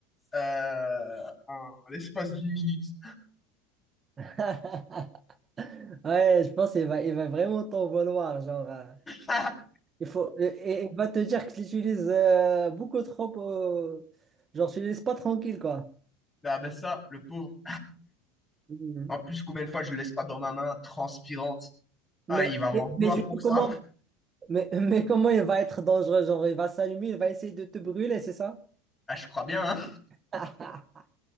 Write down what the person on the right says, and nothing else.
<laughs> Ouais, je pense qu'il va, il va vraiment t'en vouloir. Genre, euh,
il faut, et- et il va te dire que tu l'utilises euh, beaucoup trop. euh, genre, tu ne le laisses pas tranquille quoi.
Mhm.
Mais,
mais,
mais du coup,
comment?
Mais, <laughs> mais comment il va être dangereux? Genre, il va s'allumer, il va essayer de te brûler, c'est ça?
<laughs>